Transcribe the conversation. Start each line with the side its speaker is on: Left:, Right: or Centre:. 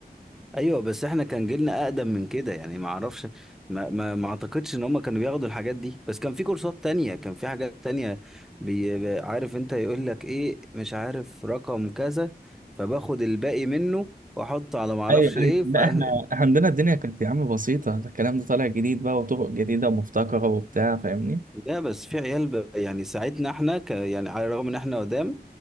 Centre: ايوه بس احنا كان جيلنا اقدم من كده يعني ما اعرفش ما ما, ما اعتقدش ان هم كانوا بياخدوا الحاجات دي بس كان في كورسات تانية كان في حاجات تانية بي... عارف انت يقول لك ايه مش عارف رقم كذا فباخد الباقي منه واحطه على ما اعرفش
Right: أي أي
Centre: ايه ف...
Right: لا
Centre: <laughs>
Right: إحنا عندنا الدنيا كانت يا عم بسيطة ده الكلام ده طالع جديد بقى وطرق جديدة ومبتكرة وبتاع فاهمني
Centre: لا بس في عيال ب... يعني ساعتنا احنا ك... يعني على الرغم ان احنا قدام